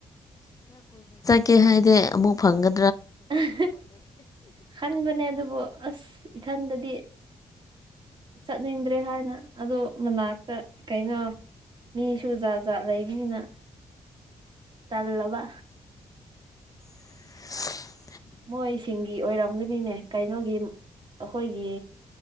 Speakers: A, on the left (about 30°); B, on the right (about 45°).
A: ꯀꯦ ꯍꯥꯏꯗꯦ ꯑꯃꯨꯛ ꯐꯪꯒ
B: ꯑꯍꯦ ꯈꯟꯕꯅꯦ ꯑꯗꯨꯕꯨ ꯑꯁ ꯏꯊꯟꯗꯗꯤ ꯆꯠꯅꯤꯡꯗ꯭ꯔꯦ ꯍꯥꯏꯅ ꯑꯗꯣ ꯃꯅꯥꯛꯇ ꯀꯩꯅꯣ ꯃꯤꯁꯨ ꯖꯥꯠ ꯖꯥꯠ ꯂꯩꯕꯅꯤꯅ ꯇꯜꯂꯕ
A: <inaudible>
B: ꯃꯣꯏꯁꯤꯡꯒꯤ ꯑꯣꯏꯔꯝꯒꯅꯤꯅꯦ ꯀꯩꯅꯣꯒꯤ ꯑꯩꯈꯣꯏꯒꯤ